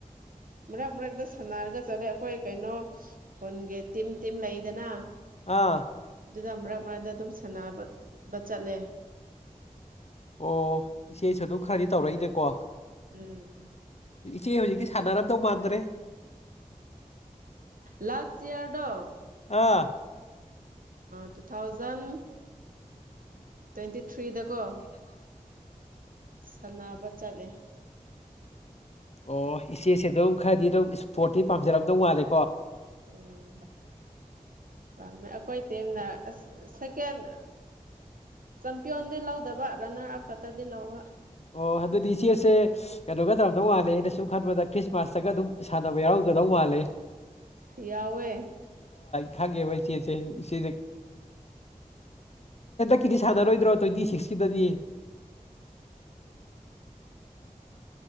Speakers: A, on the right; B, on the left.
A: ꯃꯔꯛ ꯃꯔꯛꯇ ꯁꯥꯟꯅꯔꯒ ꯆꯠꯂꯦ ꯑꯩꯈꯣꯏ ꯀꯩꯅꯣ ꯈꯨꯟꯒꯤ ꯇꯤꯝ ꯇꯤꯝ ꯂꯩꯗꯅ
B: ꯑꯥ
A: ꯑꯗꯨꯗ ꯃꯔꯛ ꯃꯔꯛꯇ ꯑꯗꯨꯝ ꯁꯥꯟꯅꯕꯕ ꯆꯠꯂꯦ
B: ꯑꯣ ꯏꯆꯦꯁꯨ ꯑꯗꯨꯝ ꯈꯔꯗꯤ ꯇꯧꯔꯛꯏꯅꯦꯀꯣ
A: ꯎꯝ
B: ꯏꯆꯦ ꯍꯧꯖꯤꯛꯀꯤ ꯁꯥꯟꯅꯔꯝꯗꯧ ꯃꯥꯟꯗ꯭ꯔꯦ
A: ꯂꯥꯁ ꯏꯌꯥꯔꯗ
B: ꯑꯥ
A: ꯇꯨ ꯊꯥꯎꯖꯟ ꯇ꯭ꯋꯦꯟꯇꯤ ꯊ꯭ꯔꯤꯗꯀꯣ ꯁꯥꯟꯅꯕ ꯆꯠꯂꯦ
B: ꯑꯣ ꯏꯆꯦꯁꯦ ꯑꯗꯨꯝ ꯈꯔꯗꯤ ꯑꯗꯨꯝ ꯏꯁꯄꯣꯔꯠꯇꯤ ꯄꯥꯝꯖꯔꯝꯗꯧ ꯃꯥꯜꯂꯦ
A: ꯎꯝ ꯄꯥꯝꯃꯦ ꯑꯩꯈꯣꯏ ꯇꯦꯝꯅ ꯑ ꯁꯦꯀꯦꯟ ꯆꯝꯄꯤꯌꯣꯟꯗꯤ ꯂꯧꯗꯕ ꯇꯅ ꯍꯥꯐ ꯈ ꯇꯗꯤ ꯂꯑꯣ
B: ꯑꯣ ꯑꯗꯨꯗꯤ ꯏꯆꯦꯁꯦ ꯀꯩꯅꯣꯒ ꯇꯧꯔꯝꯗꯧ ꯃꯥꯜꯂꯦ ꯑꯩꯅ ꯁꯨꯝ ꯈꯟꯕꯗ ꯈ꯭ꯔꯤꯁꯃꯥꯁꯇꯒ ꯑꯗꯨꯝ ꯁꯥꯟꯅꯕ ꯌꯥꯎꯔꯝꯒꯗꯧ ꯃꯥꯜꯂꯦ
A: ꯌꯥꯋꯦ
B: ꯈꯥꯒꯦꯕ ꯁꯤꯦꯁꯦ ꯀꯔꯤ ꯁꯥꯟꯅꯔꯣꯏꯗ꯭ꯔꯣ ꯇ꯭ꯋꯦꯟꯇꯤ ꯁꯤꯛꯁꯀꯤꯗꯗꯤ